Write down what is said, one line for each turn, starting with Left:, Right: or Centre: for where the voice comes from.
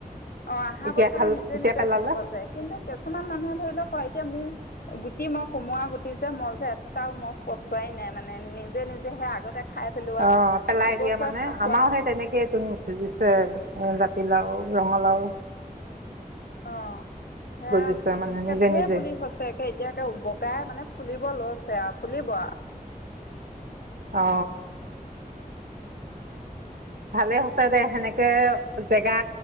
Left: অ আহা
Right: এতিয়া
Left: বছলে
Right: খাল
Left: নিজে
Right: এতিয়া
Left: নিজে
Right: পেলালে
Left: গজে কিন্তু কিছুমান মানুহে ধৰি লওক ক এতিয়া মোৰ। গুটি মই কোমোৱা গুটি যে মই যে এটাও মই পচোৱাই নাই মানে নিজে নিজে সে আগতে। খাই পেলোৱা
Right: অ পেলাই
Left: ইবছৰ
Right: দিয়া মানে
Left: খোৱা
Right: আমাৰও সেই তেনেকে চোন গজিছে। জাতিলাও, ৰঙালাও।
Left: অ। সেয়া
Right: গজিছে মানে
Left: কে
Right: নিজে
Left: ধেই
Right: নিজে
Left: পুলি হৈছে একে এতিয়াকে বগাই মানে। ফুলিব লৈছে আও ফুলিব আও।
Right: অ। ভালে হৈছে দে সেনেকে জেগা